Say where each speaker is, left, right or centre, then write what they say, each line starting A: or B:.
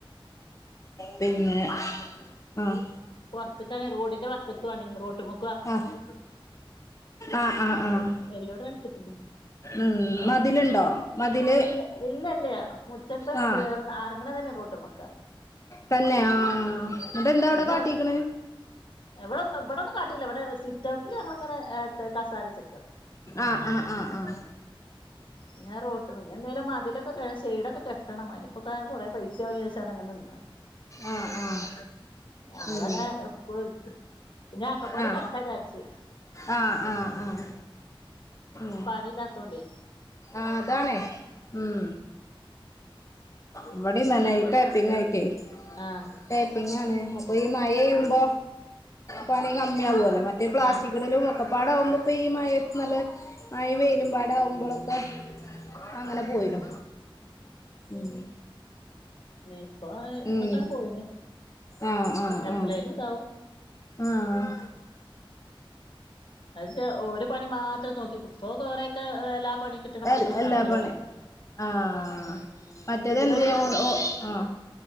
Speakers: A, on the left; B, on the left.
A: പിന്നെ ആഹ്
B: പോർത്ക്കാണെ റോഡിന്റെ വക്കത്തു ആണേ റോട്ടിമ്
A: ആഹ് ആഹ് ആഹ് ആഹ്
B: എല്ലോടും അടിച്ചിട്ടുണ്ട്
A: ഉം മതിലുണ്ടോ മതില്
B: ഇല്ല ഇല്ലല്ല മുറ്റത്തെ
A: ആഹ്
B: കേറ അറങ്ങണ തന്നെ റോട്ട്മക്ക
A: തന്നെ ആഹ് എന്നിട്ട് എന്താ അവിടെ
B: പിന്നെ
A: കാട്ടിക്കണ്
B: ഇവിടെ ഒന്നും ഇവിടെ ഒന്നും കാട്ടിയില്ല ഇവിടെ സിറ്റ് ഔട്ടിൽ ഞങ്ങളിങ്ങനെ ഏത്ത കസാര ചെക്കുക
A: ആഹ് ആഹ് ആഹ് ആഹ്
B: പിന്നെ റോട്ട് പിന്നെ എന്തേലും മതിലൊക്കെ കെ സൈടൊക്കെ കെ ട്ടണം അയ്നിപ്പൊക്കെ കൊറെ പൈസയാകും വിച്ചാര്ചാണ്ട് അങ്ങെ നിന്ന.
A: ആഹ് ആഹ്
B: ഞങ്ങള്
A: ഉം
B: അങ്ങനെ ഇപ്പോ ഇട്ത്ത്. പിന്ന ആക്ക പോലെ
A: ആഹ്
B: കെട്ടാചാര്ച്ച്.
A: ആഹ് ആഹ് ആഹ് ഉം
B: പിന്നെ പണി ഇല്ലാത്തോണ്ടെ
A: ആഹ് അതാണേ ഉം ഇവിടം നനായി
B: ശരി
A: പേപ്പിങ്ങായിട്ടേ
B: ആഹ്
A: ടേപ്പിങ്ങാണ് അപ്പൊ ഈ മഴെയ്യുമ്പോ പണി
B: ആഹ്
A: കമ്മി ആവല്ലോ. മറ്റേ പ്ലാസ്റ്റിക്കിടലും
B: ആഹ്
A: ഒക്കപ്പാട ആകുമ്പപ്പ ഈ മഴത്ത് നല്ല മായിം വെയിലുംമ്പാട ആകുമ്പളൊക്കെ അങ്ങനെ പോയിനു.
B: ഉം
A: ഉം
B: ഇപ്പൊ ഇന്നൊക്കാണ്ട്
A: ഉം
B: പോയിന്
A: ആഹ് ആഹ്
B: എപ്പളേലും
A: ആഹ്
B: ഉണ്ടാവും
A: ആഹ്
B: അന്തേച്ച ഒരു പണി മാത്രം നോക്കിക്കും. ഇപ്പൊ കൊറേയൊക്കെ എല്ലാ പണി കിട്ടണ
A: എൽ
B: പണിക്കൊക്കെ
A: എല്ലാ
B: എറങ്ങലൊടങ്ങി
A: പണി ആഹ് മറ്റേത്
B: ഇതുവരെ
A: എന്തിനാ പൊന്നെ ഓ ആഹ്